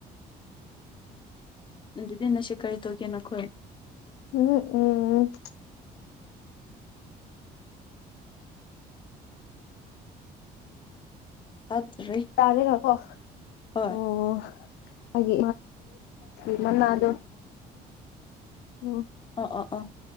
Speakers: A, on the left; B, on the left.
A: ꯑꯗꯨꯗꯤ ꯅꯁꯤ ꯀꯔꯤ ꯇꯧꯒꯦ ꯅꯈꯣꯏ
B: ꯎꯝ ꯎꯝ ꯎꯝ
A: ꯇꯥꯗ꯭ꯔꯤ
B: ꯌꯥꯥꯔꯦ ꯀꯣ
A: ꯍꯣꯏ
B: ꯑꯣ ꯍꯥꯏ ꯇꯃꯟꯅ ꯑꯗꯨꯣ ꯑꯣ
A: ꯑ ꯑ ꯑ